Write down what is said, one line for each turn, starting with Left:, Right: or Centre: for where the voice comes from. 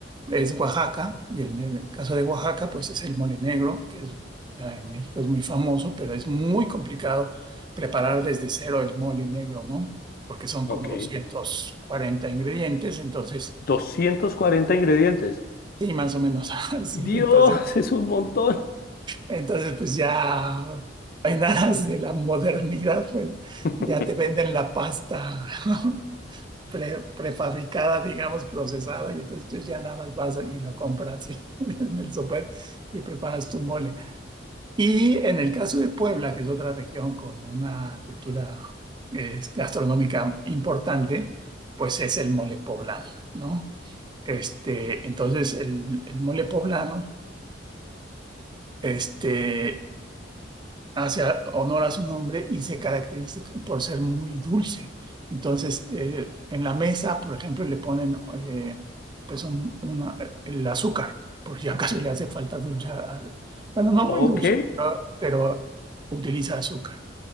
Right: Es Oaxaca, y en el caso de Oaxaca, pues es el mole negro, que es, ah, en México es muy famoso, pero es muy complicado preparar desde cero el mole negro, ¿no? Porque son
Left: Ok.
Right: como 240 ingredientes, entonces,
Left: doscientos cuarenta ingredientes.
Right: sí, más o menos <laughs> así,
Left: Dios,
Right: entonces
Left: <laughs> es un montón.
Right: Entonces, pues ya en aras de la modernidad, pues
Left: <laughs>
Right: ya te venden la pasta <laughs> pre- prefabricada, digamos, procesada, y entonces tú ya nada más vas y lo compras <laughs> en el súper y preparas tu mole. Y en el caso de Puebla, que es otra región con una cultura eh, gastronómica importante, pues es el mole poblano, ¿no? Este, entonces, el, el mole poblano. Este, hace a- honor a su nombre y se caracteriza por ser muy dulce. Entonces, eh, en la mesa, por ejemplo, le ponen eh, pues un- una- el azúcar, por si acaso le hace falta dulce. al- bueno, no
Left: Ok.
Right: muy Sí. dulce, pero, pero utiliza azúcar.